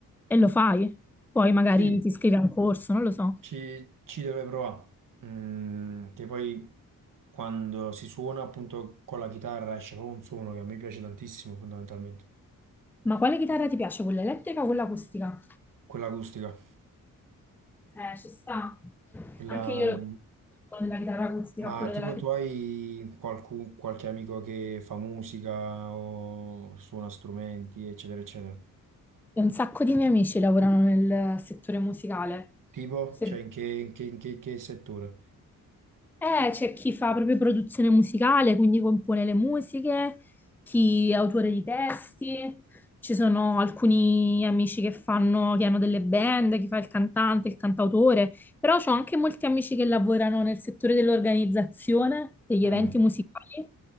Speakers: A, in the centre; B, on the right.
A: e lo fai. Poi magari
B: Sì,
A: ti iscrivi a un corso, non lo so.
B: Ci, ci deve provare, Mm, che poi quando si suona appunto con la chitarra esce proprio un suono che a me piace tantissimo fondamentalmente,
A: Ma quale chitarra ti piace? Quella elettrica o quella acustica?
B: quella acustica,
A: Eh, ci sta.
B: quella...
A: Anche io lo quello della chitarra acustica,
B: Ma
A: quello
B: tipo
A: della chitarra.
B: tu hai qualcu- qualche amico che fa musica o suona strumenti, eccetera, eccetera.
A: Un sacco di miei amici lavorano nel settore musicale.
B: Tipo,
A: Se
B: cioè in che, in che- in che- che settore?
A: Eh, c'è chi fa proprio produzione musicale, quindi compone le musiche, chi è autore di testi, ci sono alcuni amici che fanno, che hanno delle band, chi fa il cantante, il cantautore, però ho anche molti amici che lavorano nel settore dell'organizzazione, degli
B: Mm,
A: eventi musicali